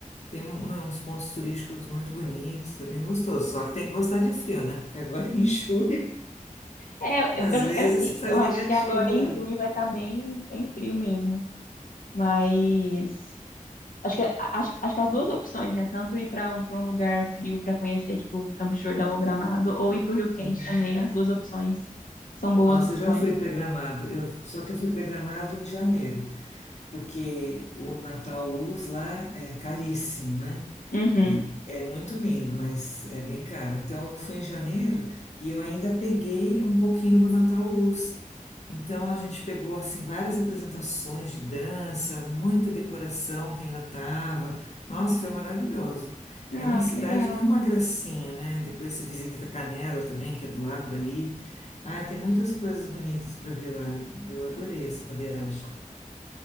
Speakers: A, on the left; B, on the left.
A: tem um- né, uns pontos turísticos muito bonitos, é bem gostoso. Só que tem que gostar de frio, né? Porque agora <laughs> em julho,
B: É,
A: às
B: eu, eu
A: vezes
B: é assim,
A: faz
B: eu acho
A: negativo
B: que agora em
A: lá.
B: junho vai estar bem, bem frio mesmo. Mas acho que, acho, acho que as duas opções, né? Tanto ir para um, para um lugar frio para conhecer, tipo, Campos do Jordão ou Gramado, ou ir para o Rio Quente
A: Uhum.
B: também, as duas opções. São boas
A: Nossa,
B: opções.
A: eu já fui programado. Eu, só que eu fui programado em janeiro. porque o Natal Luz lá é caríssimo, né?
B: Uhum.
A: E é muito lindo, mas é bem caro. Então eu fui em janeiro e eu ainda peguei um pouquinho do Natal Luz. Então a gente pegou assim várias apresentações de dança, muita decoração que ainda estava. Nossa, foi maravilhoso.
B: Ah,
A: É uma cidade
B: que legal.
A: que é uma gracinha, né? Depois você visita Canela também, que é do lado ali. Ah, tem muitas coisas bonitas para ver lá. Eu, eu adorei essa viagem.